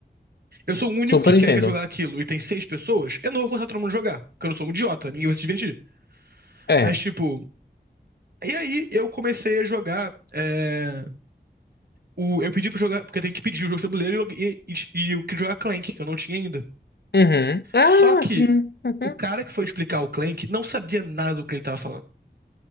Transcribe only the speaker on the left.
Super
entendo.
É.
Uhum. Ah,
sim. Uhum.